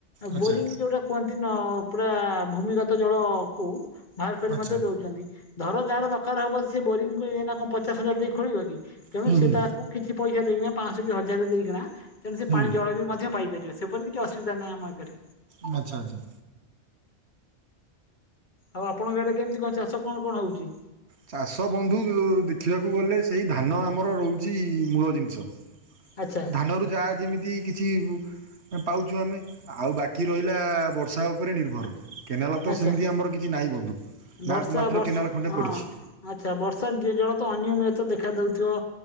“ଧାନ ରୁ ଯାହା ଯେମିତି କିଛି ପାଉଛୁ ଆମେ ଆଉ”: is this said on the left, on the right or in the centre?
Right